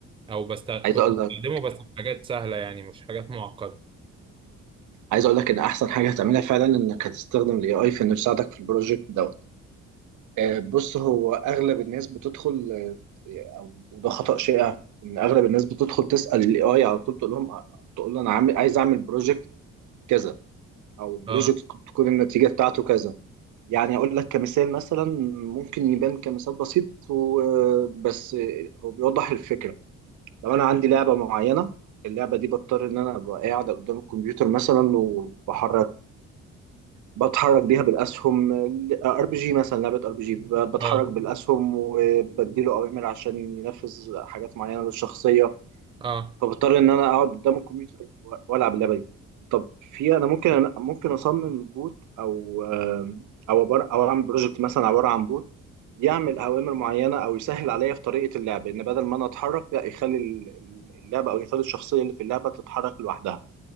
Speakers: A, on the right; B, on the right.
A: او بست... كنت
B: عايز اقول
A: بستخدمه
B: لك
A: بس في حاجات سهلة يعني مش حاجات معقدة
B: عايز اقول لك ان احسن حاجه هتعملها فعلا انك هتستخدم الاي اي في انه يساعدك في البروجكت دوت آه، بص هو اغلب الناس بتدخل آه، او وده خطا شائع ان اغلب الناس بتدخل تسال الاي اي على طول تقول لهم تقول له انا عامل عايز اعمل بروجكت كذا او بروجكت
A: اه
B: تكون النتيجه بتاعته كذا يعني اقول لك كمثال مثلا ممكن يبان كمثال بسيط و- بس هو بيوضح الفكره لو انا عندي لعبه معينه اللعبه دي بضطر ان انا ابقى قاعد قدام الكمبيوتر مثلا وبحرك بتحرك بيها بالاسهم ار بي جي مثلا لعبه ار بي جي بتحرك
A: اه
B: بالاسهم وبديله اوامر عشان ينفذ حاجات معينه للشخصيه
A: اه
B: فبضطر ان انا اقعد قدام الكمبيوتر و- والعب اللعبه دي طب في انا ممكن أنا ممكن اصمم بوت او او عباره او اعمل بروجكت مثلا عباره عن بوت يعمل اوامر معينه او يسهل عليا في طريقه اللعب ان بدل ما انا اتحرك لا يخلي ال- ال- اللعبه او يخلي الشخصيه اللي في اللعبه تتحرك لوحدها